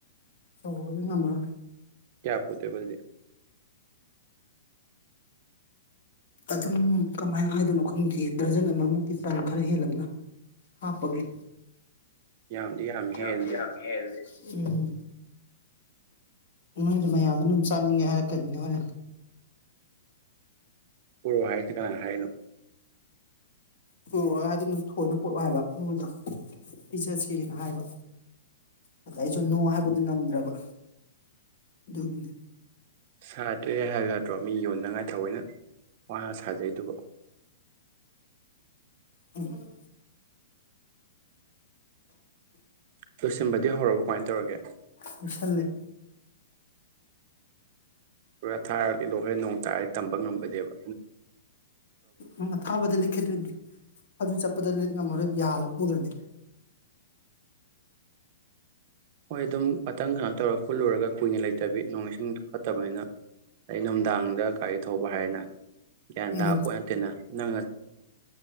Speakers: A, on the left; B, on the right.
A: ꯇꯧꯕꯒꯗꯤ ꯉꯝꯃꯔꯣꯏ
B: ꯀꯌꯥ <unintelligible>
A: ꯑꯗꯨꯝ ꯀꯃꯥꯏꯅ ꯍꯥꯏꯗꯣꯏꯅꯣ ꯈꯪꯗꯦꯌꯦ ꯗꯔꯖꯟ ꯑꯃꯃꯨꯛꯀꯤ ꯆꯥꯡ ꯈꯔ ꯍꯦꯜꯂꯞꯅ ꯍꯥꯞꯄꯒꯦ
B: ꯌꯥꯝꯗꯤ ꯌꯥꯝꯃꯦ ꯍꯦ
A: ꯌꯥꯝꯗꯤ
B: ꯑꯗꯨꯗꯤ
A: ꯌꯥꯝꯃꯤꯍꯦ ꯑꯗꯨꯗꯤ ꯎꯝ ꯅꯣꯏꯗꯤ ꯃꯌꯥꯝꯗ ꯑꯗꯨꯝ ꯆꯥꯅꯤꯡꯉꯦ ꯍꯥꯏꯔꯛꯀꯅꯤꯅꯦ ꯍꯣꯔꯦꯟ
B: ꯄꯨꯔꯛꯑꯣ ꯍꯥꯏ ꯀꯅꯥꯅ ꯍꯥꯏꯔꯛ ꯏꯅꯣ
A: ꯄꯨꯔꯛ ꯑꯣ ꯗꯨꯅ ꯊꯣꯏꯅ ꯄꯨꯔꯛꯑꯣ ꯍꯥꯏꯕ ꯃꯣꯏꯗ ꯄꯤꯖꯁꯦꯅ ꯍꯥꯏꯕ ꯑꯗ ꯑꯩꯁꯨ ꯅꯣ ꯍꯥꯏꯕꯗꯨ ꯉꯝꯗ꯭ꯔꯕ ꯑꯗꯨꯒꯤꯅꯤ
B: ꯁꯥꯇ꯭ꯔꯦ ꯍꯥꯏꯌꯨ ꯌꯗ꯭ꯔꯣ ꯃꯤ ꯌꯣꯟꯅꯉꯥꯏ ꯊꯑꯣꯏꯩꯅ ꯋꯥꯅ ꯁꯥꯖꯩꯗꯨꯕꯨ
A: ꯎꯝ
B: ꯂꯣꯏꯁꯤꯟꯕꯗꯤ ꯍꯧꯔꯕ ꯀꯃꯥꯏꯅ ꯇꯧꯔꯒꯦ
A: ꯂꯣꯏꯁꯜꯂꯦ
B: ꯄꯥꯔꯊꯥ ꯍꯣꯔꯦꯜ ꯅꯣꯡ ꯇꯔ ꯇꯝꯕꯥ ꯉꯝꯕ ꯅꯥꯠꯗꯦꯕ
A: ꯎꯝ ꯑꯊꯥꯕ ꯂꯤꯠ ꯈꯤꯗꯧꯅꯦ ꯑꯗꯨ ꯆꯠꯄ ꯂꯤꯠ ꯉꯝꯃꯔꯣꯏ ꯌꯥꯜꯂ ꯄꯨꯗ꯭ꯔꯗꯤ
B: ꯍꯣꯏ ꯑꯗꯨꯝ ꯉꯥꯍꯥꯛꯇꯪ ꯀꯩꯅꯣ ꯇꯧꯔꯒ ꯄꯨꯜꯂꯨꯔꯒ ꯀꯨꯏꯅ ꯂꯩꯇꯕꯤ ꯅꯣꯡ ꯏꯁꯤꯡꯁꯨ ꯐꯠꯇꯕꯅꯤꯅ ꯑꯗꯩ ꯅꯨꯡꯗꯥꯡꯗ ꯒꯥꯔꯤ ꯊꯧꯕ ꯍꯥꯏꯔꯦꯅ ꯒ꯭ꯌꯥꯟ
A: ꯎꯝ
B: ꯇꯥꯕ ꯄꯣꯠ ꯅꯠꯇꯦꯅ ꯅꯪꯅ